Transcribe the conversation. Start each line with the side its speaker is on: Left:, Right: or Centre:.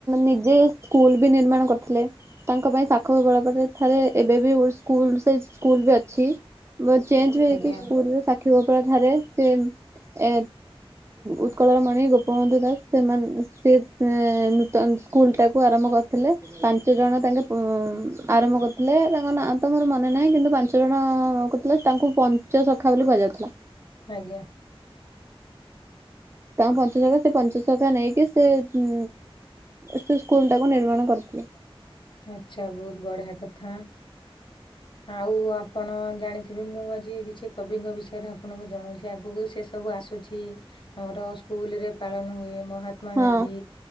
Right: ନିଜେ ସ୍କୁଲ ବି ନିର୍ମାଣ କରିଥିଲେ। ତାଙ୍କ ପାଇଁ ସାଖିଗୋପାଳ। ତାପ ଥରେ ଏବେ ବି ଉଲୁସ୍ ସ୍କୁଲ ସେ ସ୍କୁଲ ବି ଅଛି ଚେଞ୍ଜେ ବି ହେଇଛି
Left: ଆଜ୍ଞା
Right: ସ୍କୁଲ ସା ସାଖିଗୋପାଳଠାରେ ସେମେ ଏ ଉତ୍କଳର ମଣି ଗୋପବନ୍ଧୁ ଦାସ ସେମାନେ ସେ ସେ ନୂତନ ସ୍କୁଲଟାକୁ ଆରମ୍ଭ କରିଥିଲେ ପାଞ୍ଚ ଜଣ ତାଙ୍କେ ଆରମ୍ଭ କରିଥିଲେ ତାଙ୍କ ନାଁ ତ ମୋର ମନେ ନାହିଁ କିନ୍ତୁ ପାଞ୍ଚ ଜଣ କରୁଥିଲେ ତାଙ୍କୁ ପଞ୍ଚ ଶଖା ବୋଲି କୁହାଯାଉଥିଲା।
Left: ଆଜ୍ଞା।
Right: ତାଙ୍କ ପଞ୍ଚ ସଖା ସେ ପଞ୍ଚ ସଖା ନେଇକି ସେ ଉ ସେ ସ୍କୁଲ ଟାକୁ ନିର୍ମାଣ କରିଥିଲେ।
Left: ଆଛା ବହୁତ୍ ବଢିଆ କଥା। ଆଉ ଆପଣ ଜାଣିଥିବେ ମୁଁ ଆଜି କିଛି କବିଙ୍କ ବିଷୟରେ ଆପଣଙ୍କୁ ଜଣାଉଛି ଆଗକୁ ସେ ସବୁ ଆସୁ ଉଛି ଆମର ସ୍କୁଲ ରେ ପାଳନ ହୁଏ ମହା ମହାତ୍ମା
Right: ହଁ
Left: ଗାନ୍ଧୀ